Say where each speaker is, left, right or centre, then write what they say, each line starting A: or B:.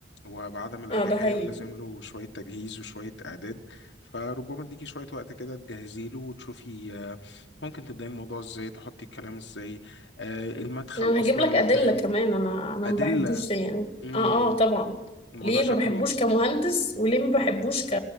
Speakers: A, on the left (about 75°); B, on the left (about 30°).
A: وبعدم الأريحية
B: اه ده حقيقي
A: ولازم له شوية تجهيز وشوية إعداد فربما اديكي شوية وقت كده تجهزي له وتشوفي آه، ممكن تبدأي الموضوع ازاي تحطي الكلام ازاي آه، المدخل
B: انا
A: أصلا
B: هجيب لك
A: للكلام
B: ادله كمان انا انا
A: أدلة
B: ما بحبوش ده يعني
A: امم
B: اه اه طبعا
A: الموضوع
B: ليه
A: شكله
B: ما بحبوش كمهندس وليه ما بحبوش ك...